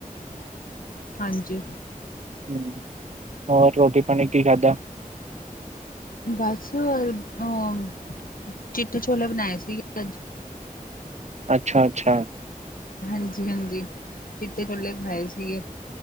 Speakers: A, on the left (about 75°); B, on the right (about 50°).
A: ਹਾਂਜੀ।
B: ਹਮ ਹੋਰ ਰੋਟੀ ਪਾਣੀ ਕੀ ਖਾਧਾ?
A: ਬਸ ਅ ਚਿੱਟੇ ਛੋਲੇ ਬਣਾਏ ਸੀਗੇ ਅੱਜ।
B: ਅੱਛਾ -ਅੱਛਾ!
A: ਹਾਂਜੀ -ਹਾਂਜੀ ਚਿੱਟੇ ਛੋਲੇ ਖਾਏ ਸੀਗੇ।